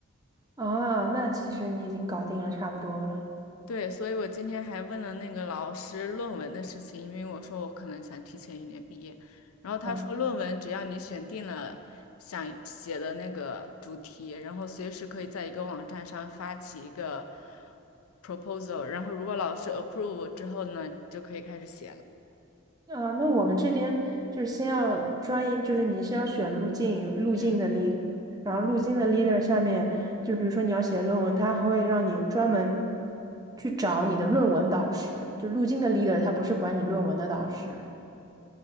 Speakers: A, on the right; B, on the left.
A: 啊，那其实你已经搞定了，差不多了。
B: 对，所以我今天还问了那个老师论文的事情，因为我说我可能想提前一年毕业，然后他说论文只要你选定了想写的那个主题，
A: 嗯。
B: 然后随时可以在一个网站上发起一个 proposal，然后如果老师 approve 之后呢，就可以开始写了。
A: 啊，那我们这边就是先要专一，就是你先要选路径，有路径的
B: 嗯，
A: lead，e r 然后路径的 leader 下面，就比如说你要写论文，他还会让你专门去找你的论文导师，就路径的 leader，他不是管你论文的导师。